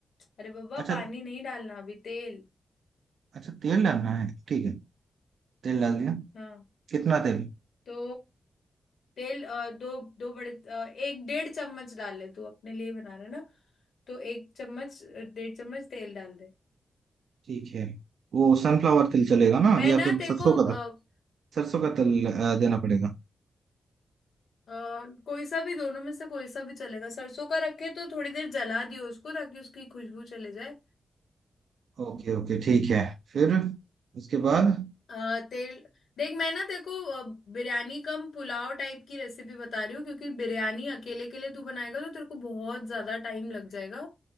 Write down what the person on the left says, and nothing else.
अरे बाबा
पानी नहीं डालना अभी तेल
हाँ
तो तेल अ, दो दो बड़े अ, एक डेढ़ चम्मच डाल ले तू अपने लिए बना रहा है ना तो एक चम्मच अ, डेढ़ चम्मच तेल डाल दे
मैं
ना
तेरे
को अ,
अ, कोई सा भी दोनों में से कोई सा भी चलेगा सरसों का रखे तो थोड़ी देर जला दियो उसको ताकि उसकी खुशबू चले जाए
अ, तेल देख मैं ना तेरे को अ, बिरयानी कम पुलाव टाइप की रेसिपी बता रही हूँ क्योंकि बिरयानी अकेले के लिए तू बनाएगा तो तेरे को बहुत ज्यादा टाइम लग जाएगा